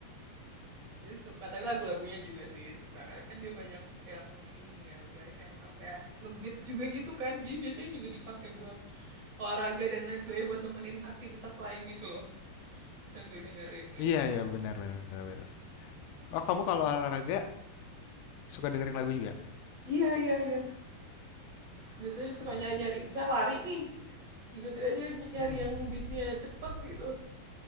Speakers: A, on the right (about 30°); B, on the left (about 85°).
A: suka tapi lagu-lagunya juga sih suka karena kan dia banyak yang ini ya banyak yang apa ya ngebeat juga gitu kan jadi biasanya juga dipakai buat olahraga dan lain sebagainya buat nemenin aktivitas lain gitu loh sambil dengerin gitu
B: Iya iya benar benar benar. Oh kamu kalau olahraga suka dengerin lagu juga?
A: iya iya iya biasanya suka
B: Iya.
A: nyari-nyari misalnya lari nih ngikutin aja nyari
B: Mm-mm.
A: yang beatnya cepet gitu